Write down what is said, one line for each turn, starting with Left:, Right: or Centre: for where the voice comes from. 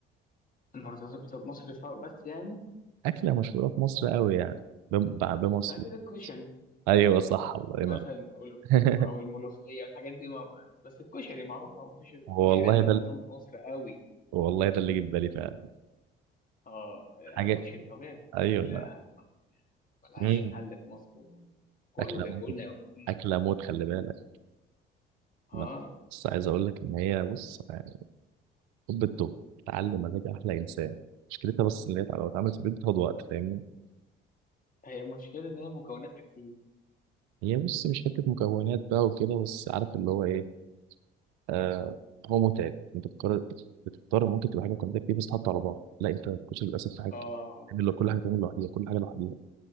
Left: المرتبطه بمصر ف- بس يعني
Right: اكله مشهوره في مصر قوي يعني بم- ب- بمصر
Left: اكيد الكشري
Right: ايوه صح الله
Left: مثلا
Right: ينور
Left: أو
Right: <laughs>
Left: أو الملوخية الحاجات دي ما بس الكشري معروفة ومفيش غير الكشري
Right: والله
Left: يعني اللي
Right: ده
Left: مرتبط بمصر قوي
Right: والله ده اللي جه في بالي فعلا
Left: اه آه،
Right: حاجه
Left: الكشري طبيعي
Right: ايوه
Left: أكلة
Right: لا
Left: ما- ملهاش
Right: مم.
Left: حل في مصر وكله
Right: اكله
Left: بياكلها
Right: موت
Left: وكله
Right: اكله موت خلي بالك ما-
Left: اه
Right: بس عايز اقول لك ان هي بص يعني طب الطب تعلم مزاج احلى انسان مشكلتها بس ان هي لو اتعملت في البيت بتاخد وقت فاهمني
Left: هي مشكلة إن هي مكوناتها كتير
Right: هي بص مش حته مكونات بقى وكده بس عارف اللي هو ايه آه هو متعب انت بتقرر بتضطر ممكن تبقى حاجه مكونات كتير بس تحط على بعض لا انت الكشري للاسف في حاجه
Left: اه
Right: تعمل له- كل حاجه تعمل لوحديها كل حاجه لوحديها